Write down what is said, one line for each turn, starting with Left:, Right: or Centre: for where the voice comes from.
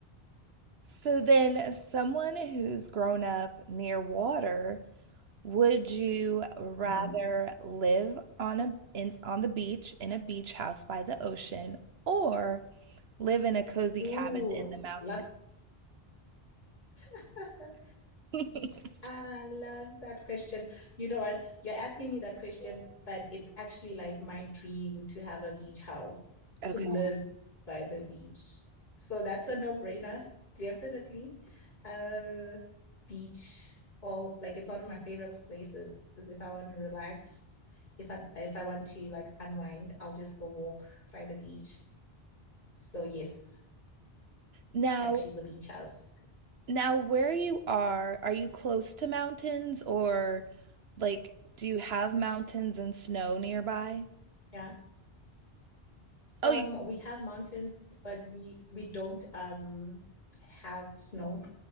Right: So then, someone who's grown up near water, would you rather
Left: Mm-hmm.
Right: live on a in on the beach in a beach house by the ocean or live in a cozy
Left: Ooh,
Right: cabin in the mountains?
Left: love. <laughs>
Right: <laughs>
Left: I love that question. You know what? You're asking me that question, but it's actually like my dream to have a beach house, to
Right: Okay.
Left: live by the beach. So that's a no-brainer, definitely. Uh, beach, all like it's one of my favorite places. If I want to relax, if I if I want to like unwind, I'll just go walk by the beach. So yes,
Right: Now,
Left: I choose a beach house.
Right: now where you are, are you close to mountains or like do you have mountains and snow nearby?
Left: Yeah. Um,
Right: Oh, you
Left: we have mountains, but we we don't um have snow